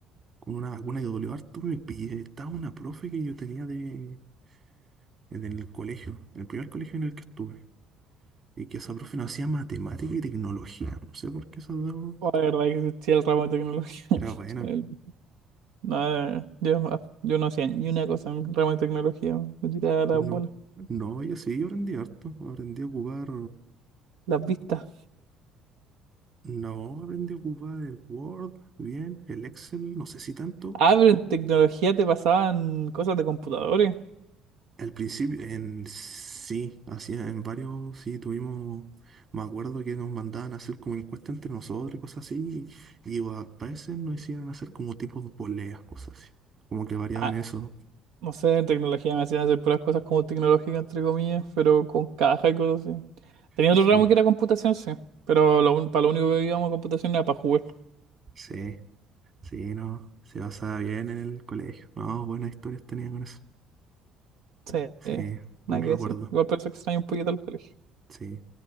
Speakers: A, on the right; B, on the right.
A: con una vacuna que dolió harto, me pillé. Estaba una profe que yo tenía de, en el colegio, en el primer colegio en el que estuve. Y que esa profe no hacía matemática y tecnología. No sé por qué esa dos
B: Oh, la verdad que sí, el ramo de tecnología. <laughs>
A: era buena.
B: No, yo, yo no hacía ni una cosa en ramo de tecnología, me tiraba las
A: No,
B: bolas,
A: no, yo sí, yo aprendí harto. Aprendí a ocupar.
B: las vistas.
A: No, aprendí a ocupar el Word, bien, el Excel, no sé si tanto.
B: Ah, pero en tecnología te pasaban cosas de computadores.
A: Al principio, en sí, hacía en varios, sí, tuvimos. Me acuerdo que nos mandaban a hacer como encuestas entre nosotros y cosas así. Y, y a veces nos hicieron hacer como tipos de poleas, cosas así. Como que variaban
B: Ah,
A: eso.
B: no sé, en tecnología me hacían hacer puras cosas como tecnológicas, entre comillas, pero con caja y cosas así. Tenía
A: Sí,
B: otro ramo que era computación, sí, pero lo, un- para lo único que íbamos a computación era para jugar.
A: sí. Sí, no, se basaba bien en el colegio. No, buenas historias tenía con eso.
B: Sí,
A: Sí, buen
B: nada
A: recuerdo.
B: que decir. Igual por eso extraño un poquito el colegio.
A: Sí.